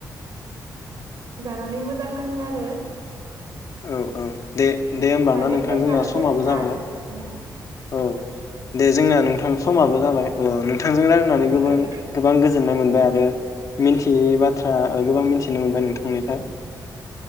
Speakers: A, on the right (about 55°); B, on the left (about 50°).
A: जानानै मोजां नाङो आरो।
B: औ औ दे। दे होमबा
A: माने
B: ना नोंथां
A: थेस
B: जोंना
A: आनो
B: समाबो
A: बेलग खा
B: जाबाय
A: बिना।
B: औ दे जोंना नोंथां। समाबो जाबाय अ नों थांजों रायलायनानै
A: नोंथां
B: गोबां गोबां गोजोननाय मोनबाय आरो मि <unintelligible> बाथ्रा ओ गोबां मिन्थिनो मोनबाय नोंथांनिफाय